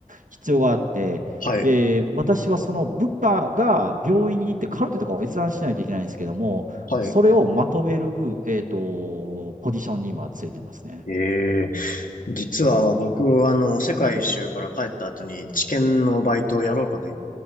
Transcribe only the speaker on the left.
はい。
はい。
ええ実は僕、あの、世界一周から帰った後に、知見のバイトをやろうかと